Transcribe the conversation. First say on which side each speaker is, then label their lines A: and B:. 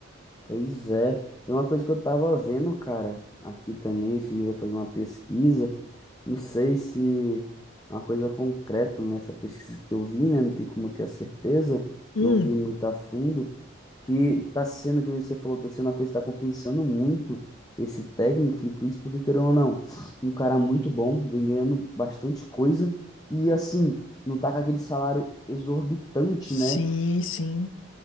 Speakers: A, on the left; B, on the left.
A: Pois é, e uma coisa que eu tava vendo, cara, aqui também, esse dia eu fazendo uma pesquisa, não sei se é uma coisa concreta nessa pesquisa que eu vi, né, não tem como ter a certeza,
B: Hum,
A: não vi muito a fundo, que tá sendo, que nem você falou, tá sendo uma coisa que tá compensando muito esse técnico, por isso, porque querendo ou não, um cara muito bom, vem ganhando bastante coisa, e assim, não tá com aquele salário exorbitante,
B: sim,
A: né,
B: sim.